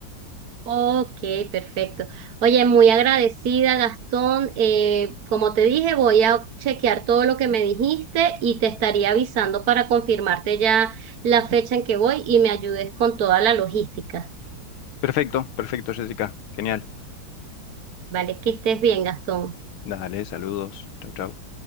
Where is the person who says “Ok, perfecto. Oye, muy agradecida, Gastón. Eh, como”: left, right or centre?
Right